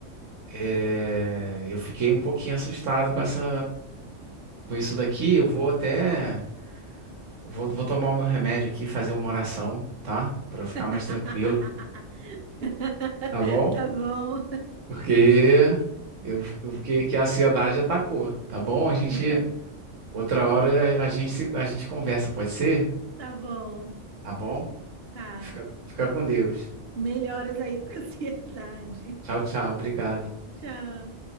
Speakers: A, on the right; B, on the right.
A: É, eu fiquei um pouquinho assustado com essa, com isso daqui. Eu vou até, vou, vou tomar o meu remédio aqui, fazer uma oração, tá? Pra eu ficar
B: <laughs>
A: mais tranquilo, tá bom?
B: Tá bom,
A: Porque eu, eu fiquei que a ansiedade atacou, tá bom? A gente,
B: <laughs> tá,
A: outra hora a, a gente se- a gente conversa, pode ser?
B: tá bom,
A: Tá bom?
B: tá.
A: Fica, fica com Deus.
B: Melhoras aí com a <laughs> ansiedade.
A: Tchau, tchau. Obrigado.
B: Tchau.